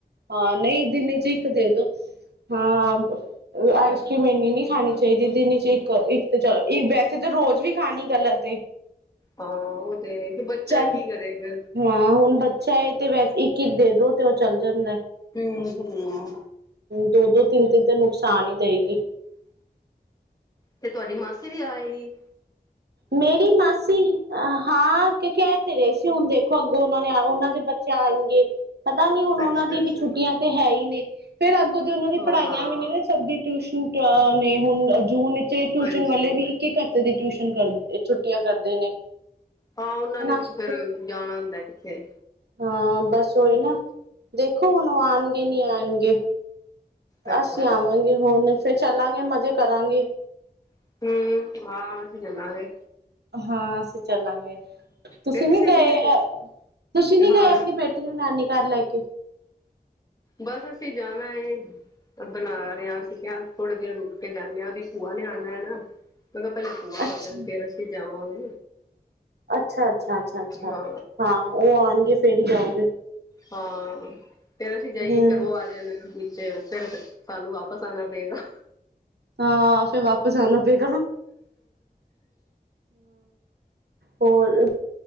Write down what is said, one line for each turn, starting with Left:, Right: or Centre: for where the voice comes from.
Right: ਹਾਂ ਨਹੀਂ ਦਿਨੇ ਚ ਇੱਕ ਦੇ ਦੋ ਹਾਂ ਆਈਸਕ੍ਰੀਮ ਇੰਨੀ ਨਹੀਂੀ ਖਾਣੀਹੀ ਚਾਹੀਦੀ ਦਿਨੀ ਚ ਇੱਕ ਇੱਕ ਤਾਂ ਵੈਸੇ ਤਾਂ ਰੋਜ਼ ਵੀ ਖਾਣੀ ਗਲਤ
Left: ਹਾਂ ਤੇ ਬੱਚਾ
Right: ਚੱਲ
Left: ਕੀ ਕਰੇਗਾ
Right: ਹਾਂ ਹੁਣ ਬੱਚਾ ਤੇ ਵੈਸੇ ਇੱਕ ਕੀ ਦੇ ਦੋ ਤੇ ਉਹ ਚੱਲ ਜਾਂਦਾ ਹ
Left: ਹਮ ਹਮ
Right: ਦੋ ਦੋ ਤਿੰਨ ਤਿੰਨ ਤੇ ਨੁਕਸਾਨ ਤਾਂ ਨੀ ਦਾਈਦੀ
Left: ਤੇ ਤੁਹਾਡੀ ਮਾਸੀ ਵੀ ਆ ਰਹੀ ਹੈ।
Right: ਮੇਰੀ ਮਾਸੀ ਹਾਂ ਕਿਉਂਕਿ ਕੈ ਤਾਂ ਰਹੇ ਸੀ ਹੁਣ ਦੇਖੋ ਅੱਗੋਂ ਉਹਨਾਂ ਨੇ ਉਹਨਾਂ ਦੇ ਬੱਚੇ ਆਣਗੇ। ਪਤਾ ਨੀ ਹੁਣ ਉਹਨਾਂ
Left: ਅੱਛਾ
Right: ਦੀ
Left: ਅੱਛਾ
Right: ਵੀ ਛੁੱਟੀਆਂ ਤੇ ਹੈ ਹੀ ਨੇ, ਫਿਰ ਅੱਗੇ। ਅੱਗੇ ਉਹਨਾਂ ਦੀ
Left: ਹਾਂ
Right: ਪੜ੍ਹਾਈਆਂ
Left: ਹਾਂ
Right: ਵੀ ਨੀ ਹੋ ਸਕਦੀ, ਟਿਊਸ਼ਨ ਹੁਣ ਤਾਂ ਨਹੀਂ ਹੁਣ ਵਿੱਚ ਜੂਨ, ਤੇ ਟਿਊਸ਼ਨ
Left: ਹਾਂਜੀ
Right: ਵਾਲੇ ਵੀ ਇੱਕ ਇੱਕ ਘੰਟੇ ਦੀ ਟਿਊਸ਼ਨ ਕਰ ਛੁੱਟੀਆਂ ਕਰਦੇ ਨੇ,
Left: ਹਾਂ ਉਹਨਾਂ
Right: ਹੁਣ
Left: ਨੇ ਵੀ
Right: ਅੱਜ
Left: ਫੇਰ ਜਾਣਾ ਹੁੰਦਾ। ਜੇ,
Right: ਹਾਂ ਬਸ ਉਹੀ ਨਾ ਦੇਖੋ ਹੁਣ ਆਣ ਵੀ ਨਹੀਂ ਆਣਗੇ।
Left: ਅੱਛਾ
Right: ਅਸੀਂ ਆਵਾਂਗੇ ਹੁਣ ਫਿਰ ਚੱਲਾਂਗੇ ਮਜ਼ੇ ਕਰਾਂਗੇ।
Left: ਹਮ ਹਾਂ ਅਸੀਂ ਚੱਲਾਂਗੇ
Right: ਹਾਂ ਸੱਚੀ। ਚੱਲਾਂਗੇ ਤੁਸੀਂ
Left: ਫੇਰ ਕਿਸੇ
Right: ਨੀ ਗਏ
Left: ਦਿਨ
Right: ਅ ਤੁਸੀਂ ਨੀ
Left: ਹਾਂ
Right: ਗਏ ਆਪਣੀ ਬੇਟੀ ਨੂੰ ਨਾਨੀ ਘਰ ਲੈ ਕੇ?
Left: ਬਸ ਅਸੀਂ ਜਾਣਾ ਏ ਬਣਾ ਰਹੇ ਹਾਂ ਅਸੀਂ ਕਿਹਾ ਥੋੜੇ ਦਿਨ ਰੁਕ ਕੇ ਜਾਂਣੇ ਹਾਂ ਉਹਦੀ ਭੂਆ ਨੇ ਆਣਾ ਹੈ ਨਾ। <unintelligible> ਕਿਹਾ ਪਹਿਲੇ ਭੂਆ
Right: ਅੱਛਾ।
Left: ਹੋ ਜਾਵੇ ਫੇਰ ਅਸੀਂ ਜਾਵਾਂਗੇ।
Right: ਅੱਛਾ ਅੱਛਾ, ਅੱਛਾ, ਅੱਛਾ
Left: ਹਾਂ,
Right: ਹਾਂ ਉਹ ਆਣਗੇ ਫੇਰ ਹੀ ਜਾਓਗੇ।
Left: ਹਾਂ ਫੇਰ ਅਸੀ ਜਾਈਏ
Right: ਹੂੰ,
Left: ਫਿਰ ਉਹ ਆ ਜਾਣ। ਚ ਫਿਰ ਸਾਨੂੰ ਵਾਪਸ ਆਣਾ ਪਏਗਾ।
Right: ਹਾਂ ਫੇਰ ਵਾਪਿਸ ਆਣਾ ਪਏਗਾ। ਹਾਂ, ਹੋਰ